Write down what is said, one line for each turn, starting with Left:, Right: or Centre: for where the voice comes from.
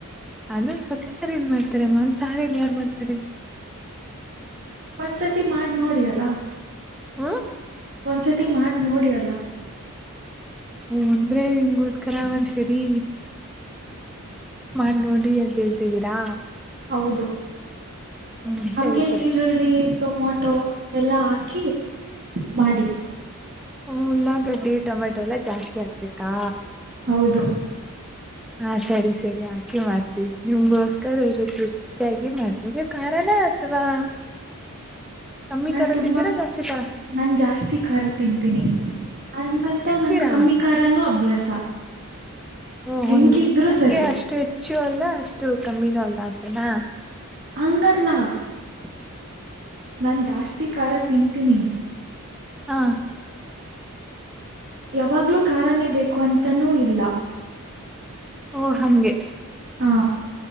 Centre: ಅದು ಸಸ್ಯಾಹಾರಿಲಿ ಮಾಡ್ತಾರೆ ಮಾಂಸಾಹಾರಿಲಿ ಯಾರ್ು ಮಾಡ್ತಾರೆ
Right: ಒಂದ್ಸತಿ ಮಾಡಿ ನೋಡಿ ಅಲ್ಲ
Centre: ಹ್ಮ್
Right: ಒಂದ್ಸತಿ ತ್ತ ಮಾಡಿ ನೋಡಿ ಯಲ್ಲ
Centre: ಓ ಒಂದ್ರೆ ನಿಮ್ಗೋಸ್ಕರ ಒಂದ್ ಸರಿ ಮಾಡ ನೋಡಿ ಅಂತ ಹೇಳ್ತಿದ್ದೀರಾ
Right: ಹೌದು
Centre: ಹ್ಮ್
Right: ಹಂಗೆ
Centre: ಸರಿ ಸರಿ
Right: ಈರುಳ್ಳಿ ಟೊಮೊಟೊ ಎಲ್ಲಾ ಹಾಕಿ ಮಾಡಿ
Centre: ಹ ಉಳ್ಳಾಗಡ್ಡಿ ಟೊಮೆಟೊ ಎಲ್ಲಾ ಜಾಸ್ತಿ ಆಕ್ಬೇಕಾ
Right: ಹೌದು
Centre: ಹಾ ಸರಿ ಸರಿ ಆಾಕೆ ಮಾಡ್ತೀವಿ ನಿಮ್ಗೋಸ್ಕರ ರುಚಿ ರುಚಾಗಿ ಮಾಡ್ತೀವಿ ನೀವು ಕಾರಣ ಅಥವಾ ಕಮ್ಮಿ
Right: ನಾನ್
Centre: ಖಾರ
Right: ತುಂಬಾ
Centre: ತಿಂತೀರಾ ಜಾಸ್ತಿ ಖಾರ
Right: ನಾನ್ ಜಾಸ್ತಿ ಖಾರ ತಿಂತೀನಿ ಅಂಗಂತ
Centre: ತಿಂತೀರಾ
Right: ನನ್ ಕಮ್ಮಿ ಾರನುೂ ಅಭ್ಯಾಸ
Centre: ಓ
Right: ಹೆಂಗಿದ್ರು
Centre: ಹಗೆ ಹಂಗೆ
Right: ಸರಿ
Centre: ಅಷ್ಟು ಹೆಚ್ಚು ಅಲ್ಲ ಅಷ್ಟು ಕಮ್ಮಿನೂ ಅಲ್ಲ ಅಂತನಾ
Right: ಅಂಗಲ್ಲಾ
Centre: <inaudible>
Right: ನಾನ್ ಜಾಸ್ತಿ ಖಾರ ತಿಂತೀನಿ
Centre: ಹಾ
Right: ಯಾವಾಗ್ಲೂ ಕಾರನೇ ಬೇಕು ಅಂತನೂ ಇಲ್ಲ
Centre: ಓ ಹಂಗೆ
Right: ಹಾ